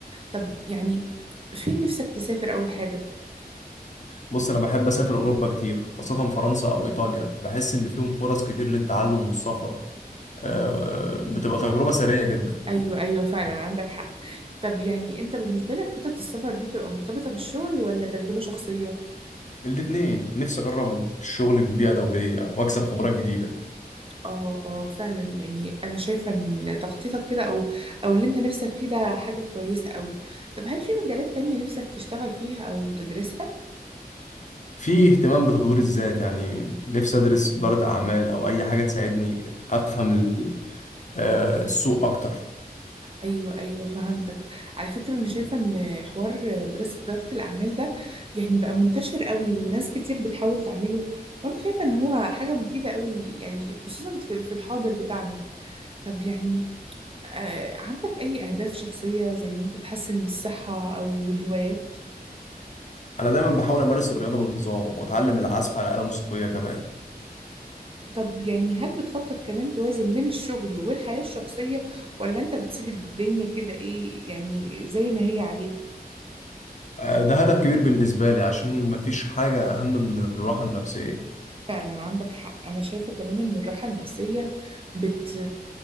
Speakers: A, on the right (about 35°); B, on the left (about 50°).
A: طب يعني فين نفسك تسافر أول حاجة؟
B: بص أنا بحب أسافر أوروبا كتير خاصة فرنسا أو إيطاليا بحس إن فيهم فرص كتير للتعلم والسفر آه، بتبقى تجربة سريعة جدا
A: أيوة أيوة فعلا عندك حق طب يعني أنت بالنسبة لك خطط السفر دي بتبقى مرتبطة بالشغل ولا تجربة شخصية؟
B: الاتنين نفسي أجرب الشغل في بيئة دولية وأكسب خبرات جديدة
A: آه آه فعلا يعني أنا شايفة إن تخطيطك كده أو أو اللي أنت نفسك فيه ده حاجة كويسة أوي طب هل في مجالات تانية نفسك تشتغل فيها أو تدرسها؟
B: في اهتمام بتطوير الذات يعني نفسي ادرس إدارة اعمال او اي حاجة تساعدني افهم ال- آه، السوق اكتر
A: ايوه ايوه فهمتك على فكره انا شايفه ان حوار دراسه اداره الاعمال ده يعني بقى منتشر قوي والناس كتير بتحاول تعمله وانا شايفه ان هو حاجه مفيده قوي يعني خصوصا في في الحاضر بتاعنا طب يعني آه عندك اي اهداف شخصيه زي ان انت تحسن الصحه او الهوايات
B: انا دايما بحاول امارس الرياضة بانتظام واتعلم العزف على آلة موسيقية كمان
A: طب يعني هل بتخطط كمان توازن بين الشغل والحياه الشخصيه ولا انت بتسيب الدنيا كده ايه يعني زي ما هي عليها
B: آه، ده هدف كبير بالنسبة لي عشان مفيش حاجة اهم من الراحة النفسية
A: فعلا عندك حق أنا شايفة كمان إن الراحة النفسية بت...